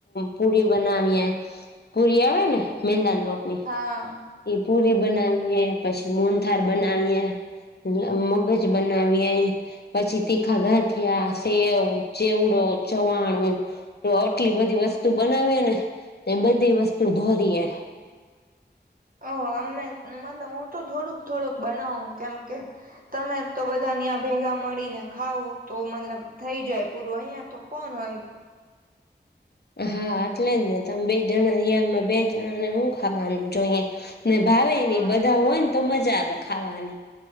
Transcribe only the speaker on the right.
હા
ઓ અમે મતલબ હું તો થોડુંક થોડુંક બનાવ કેમકે તમે તો બધા ન્યા ભેગા મળી ને ખાવું તો મતલબ થઈ જાય પૂરું અહિયાં તો કોણ હોય.
હા